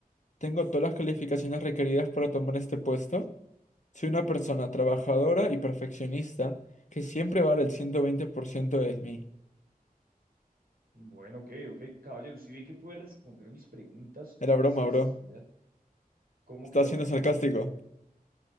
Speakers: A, on the left (about 50°); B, on the right (about 75°).
A: Tengo todas las calificaciones requeridas para tomar este puesto. Soy una persona trabajadora y perfeccionista que siempre va a dar el 120% de mí.
B: Bueno, ok, ok, caballero. Si ve que puede responder mis preguntas
A: Era broma,
B: sin necesidad,
A: bro.
B: ¿cómo
A: Estaba
B: que era
A: siendo
B: broma?
A: sarcástico.